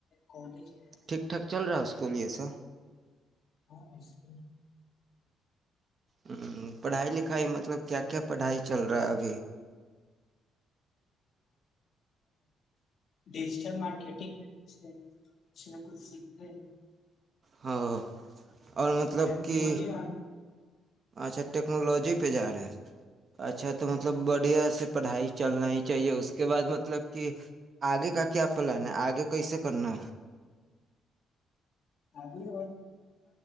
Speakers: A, on the left; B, on the right.
A: کالج ہے
B: ٹھیک ٹھاک چل رہا ہے اسکول یہ سا
A: ہاں اسک
B: ہ پڑھائی لکھائی مطلب کیا کیا پڑھائی چل رہا ہے ابھی
A: ڈجٹل مارکیٹگ میں اس میں کچھ سیکھتا ہے
B: ہاں اور مطلب
A: ٹیکنالوجی
B: کہ
A: والے
B: اچھا ٹیکنالوجی پہ جا رہے ہیں اچھا تو مطلب بڑھیا سے پڑھائی چلنا ہی چاہیے اس کے بعد مطلب کہ آگے کا کیا پلان ہے آگے کیسے کرنا ہے
A: ابھی